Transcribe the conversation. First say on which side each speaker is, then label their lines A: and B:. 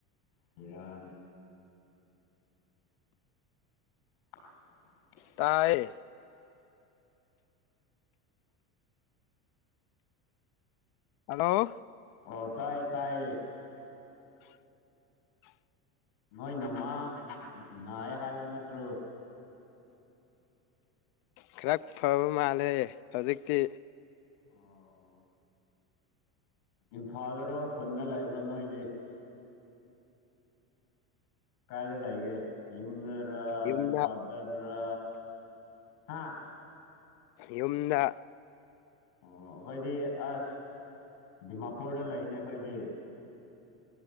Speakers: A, on the left (about 80°); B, on the left (about 55°).
A: ꯐꯔꯅꯦ <unintelligible>
B: ꯇꯌꯦ ꯍꯜꯂꯣ
A: ꯑꯣ ꯇꯥꯏ ꯇꯥꯏ ꯅꯣꯏ ꯅꯃꯥ ꯅꯥꯑ ꯍꯥꯏꯕ ꯅꯠꯇ꯭ꯔꯣ
B: ꯈꯔ ꯐꯕ ꯃꯥꯜꯂꯦ ꯍꯧꯖꯤꯛꯇꯤ
A: ꯑꯣ ꯏꯝꯐꯥꯜꯗꯔꯣ ꯈꯨꯟꯗ ꯂꯩꯕ꯭ꯔꯣ ꯅꯣꯏꯗꯤ ꯀꯥꯏꯗꯂ ꯑꯩꯒꯦ ꯌꯝꯗꯔ
B: ꯌꯨꯝꯗ
A: ꯏꯄꯥꯗꯔ ꯍꯥꯥ
B: ꯌꯨꯝꯗ
A: ꯑꯣ ꯑꯩꯈꯣꯏꯗꯤ ꯑꯁ ꯗꯤꯃꯥꯄꯨꯔꯗ ꯂꯩꯅꯦ ꯑꯩꯈꯣꯏꯗꯤ